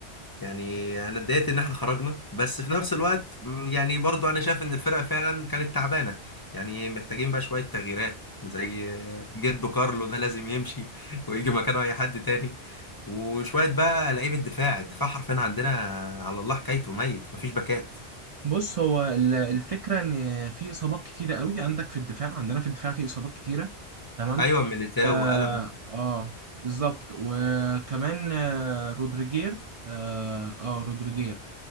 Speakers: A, on the left; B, on the right.
A: يعني انا اتضايقت ان احنا خرجنا بس في نفس الوقت م، يعني برضو انا شايف ان الفرقه فعلا كانت تعبانه يعني محتاجين بقى شويه تغييرات زي جدو كارلو ده لازم يمشي <laughs> ويجي مكانه اي حد تاني وشويه بقى لعيبه دفاع الدفاع حرفيا عندنا على الله حكايته ميت مفيش باكات
B: بص هو ال- الفكرة إن في إصابات كتيرة قوي عندك في الدفاع عندنا في الدفاع في إصابات كتيرة تمام؟
A: ايوه ميليتاو
B: آه,
A: وقلبه
B: آه بالظبط وكمان آه رودريجير آه, آه رودريجير